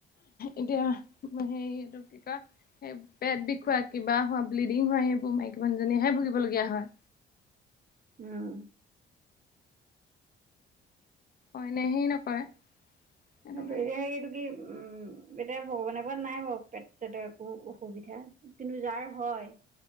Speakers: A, on the left; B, on the right.
A: এতিয়া হেৰি এইতো কি কয় এই পেট বিষ হোৱা, কিবা হোৱা, ব্লিডিং হোৱা, সেইবোৰ মাইকী মানুজনীহে ভুগিবলগীয়া হয়।
B: উম।
A: অইনে সেই নকৰে। সেইটো
B: সেইটোৱে,
A: কাৰণে
B: এ হেৰিটো কি উম, এতিয়া ভগৱানে কৰাত নাই বাৰু পেট-ছেট একো অসুবিধা। কিন্তু যাৰ হয়,